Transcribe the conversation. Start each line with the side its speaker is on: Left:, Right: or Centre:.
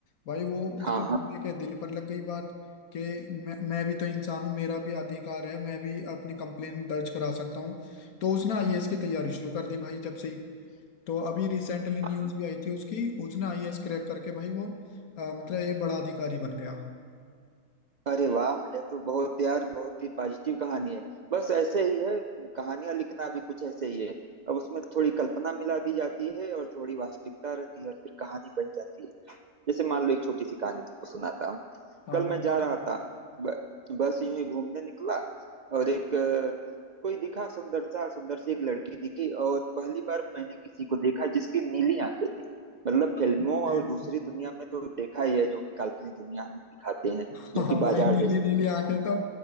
Left: भाई वो उसके
Right: हाँ
Left: बंदे
Right: हाँ
Left: के दिल पर लग गई बात कि मैं मैं भी तो इंसान हूँ मेरा भी अधिकार है मैं भी अपनी कंप्लेंट दर्ज करा सकता हूँ तो उसने आईएएस की तैयारी शुरू कर दी भाई जब से ही तो अभी रिसेंटली न्यूज़
Right: हाँ।
Left: भी आई थी उसकी उसने आईएएस क्रैक करके भाई वो अ, मतलब एक बड़ा अधिकारी बन गया
Right: अरे वाह यह तो बहुत यार बहुत ही पॉजिटिव कहानी है बस ऐसे ही है कहानियां लिखना भी कुछ ऐसे ही है अब उसमें थोड़ी कल्पना मिला दी जाती है और थोड़ी वास्तविकता रहती है और फिर कहानी बन जाती है जैसे मान लो एक छोटी सी कहानी तुमको सुनाता हूँ
Left: हाँ
Right: कल मैं
Left: बताओ
Right: जा रहा
Left: तो
Right: था ब- बस यूं ही घूमने निकला और एक अ, कोई दिखा सुंदर सा सुंदर सी एक लड़की दिखी और पहली बार मैंने किसी को देखा जिसकी नीली आंखें थी मतलब फिल्मों
Left: तेरी
Right: और दूसरी दुनिया में तो देखा ही है जो कि काल्पनिक दुनिया हमें दिखाते हैं
Left: हाँ
Right: जो कि
Left: वही
Right: बाजार
Left: नीली
Right: जैसे
Left: नीली आंखें तो